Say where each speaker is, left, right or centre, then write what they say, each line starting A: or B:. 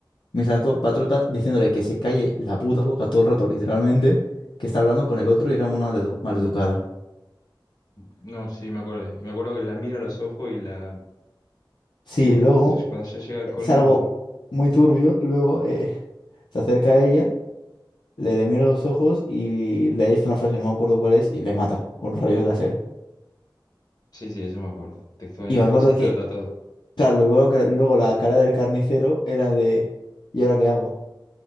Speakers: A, on the left (about 70°); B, on the left (about 50°).
A: Mientras tanto, Patruta diciéndole que se calle la puta boca todo el rato, literalmente, que está hablando con el otro y era una maledu- maleducada.
B: No, sí, me acuerdo. Me acuerdo que la mira a los ojos y la...
A: Sí,
B: Digo,
A: luego
B: s- cuando ya llega al
A: es
B: colmo...
A: algo muy turbio, luego eh, se acerca a ella. le, le mira a los ojos y le dice una frase, no me acuerdo cuál es, y le mata con rayos láser.
B: Sí, sí, eso me acuerdo. Textual.
A: Y
B: Y después
A: me acuerdo
B: explota
A: que,
B: todo.
A: claro, luego, que- luego la cara del carnicero era de, ¿y ahora qué hago?